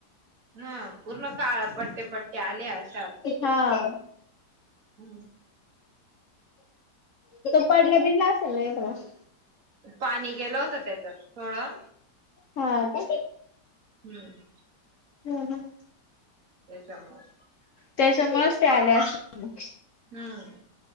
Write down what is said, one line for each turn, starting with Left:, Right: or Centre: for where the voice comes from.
Right: हा, पूर्ण काळा पट्टे पट्टे आले अशात,
Left: हा
Right: हं
Left: की तो पडला बीडला असेल ना एकाद वेळस.
Right: पाणी गेलं होतं त्याच्यात थोडं
Left: हा का.
Right: हम्म
Left: <unintelligible>
Right: त्याच्यामुळं
Left: त्याच्यामुळच ते आले असतील.
Right: हम्म